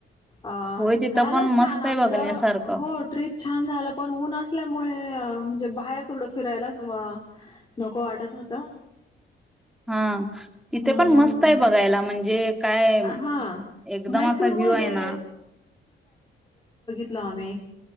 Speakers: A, on the left; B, in the centre.
A: अ
B: होय तिथं
A: झालं
B: पण
A: छान
B: मस्त
A: आमचं
B: आहे बघण्यासारखं
A: हो ट्र्रीप छान झाला पण ऊन असल्यामुळे म्हणजे बाहेर थोडं फिरायलाच वा नको वाटत होत. कुठ.
B: हा. तिथे
A: हम्म
B: पण मस्त आहे बघायला म्हणजे काय
A: हा
B: एकदम
A: म्हैसूरमध्ये
B: असा व्ह्यू आहे ना.
A: बघितलो आम्ही.